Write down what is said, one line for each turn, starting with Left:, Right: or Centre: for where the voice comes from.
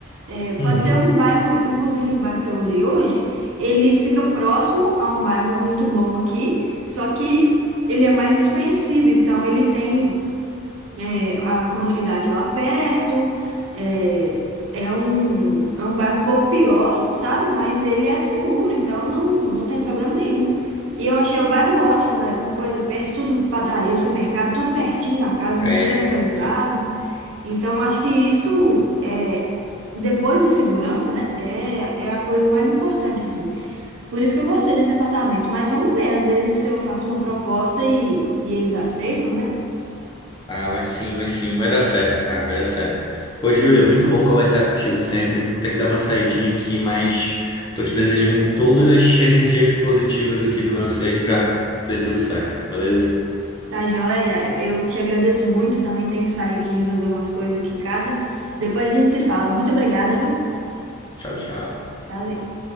Right: É, pode
Left: Uhum.
Right: ser um bairro, inclusive o bairro que eu olhei hoje, ele fica próximo a um bairro muito bom aqui, só que ele é mais desconhecido, então ele tem é, a comunidade lá perto. É, é um, é um bairro um pouco pior, sabe? Mas ele é seguro, então não, não tem problema nenhum. E eu achei o bairro ótimo, é, com coisa perto, tudo padaria, supermercado, tudo pertinho da casa,
Left: É,
Right: muito bem localizado.
Left: isso-
Right: Então acho que isso é. Depois da segurança, né? É, é a coisa mais importante, assim. Por isso que eu gostei desse apartamento. Mas vamos ver, às vezes eu faço uma proposta e, e eles aceitam, né?
Left: ah, vai sim, vai sim, vai dar certo, cara, vai dar certo. Pô, Júlia, muito bom conversar contigo sempre. Vou ter que dar uma saidinha aqui, mas tô te desejando todas as energias positivas aqui do meu ser para que dê tudo certo, beleza?
Right: Tá joia? Eu te agradeço muito. Também tenho que sair aqui e resolver umas coisas aqui em casa. Depois a gente se fala. Muito obrigada, viu?
Left: Tchau, tchau.
Right: Valeu.